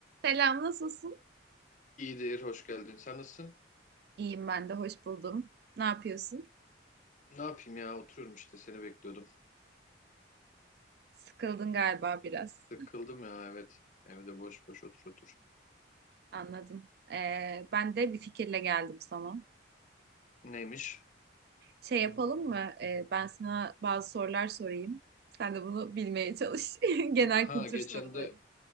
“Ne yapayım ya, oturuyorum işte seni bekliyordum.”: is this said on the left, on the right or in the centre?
Left